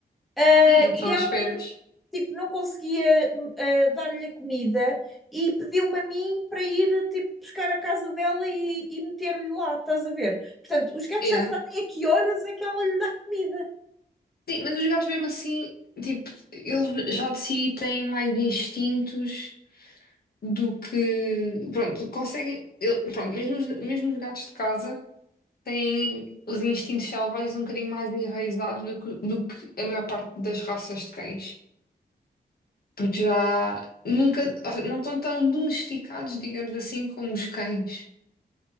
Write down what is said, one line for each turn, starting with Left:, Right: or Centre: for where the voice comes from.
Centre: Eh,
Left: sim, eles
Centre: E
Left: são
Centre: ela
Left: espertos.
Centre: tipo, não conseguia uh, dar-lhe a comida e pediu-me a mim para ir, tipo, buscar a casa dela e, e meter-lhe lá, estás a ver? Portanto, os gatos
Left: É.
Centre: já sabem a que horas é que ela lhe dá comida.
Left: Sim, mas os gatos, mesmo assim, tipo, eles já de si têm mais instintos do que. Pronto, conseguem. eu- Pronto, mesmo os, mesmo os gatos de casa têm os instintos selvagens um bocadinho mais enraizados do que, do que a maior parte das raças de cães. porque já nunca, não estão tão domesticados, digamos assim, como os cães.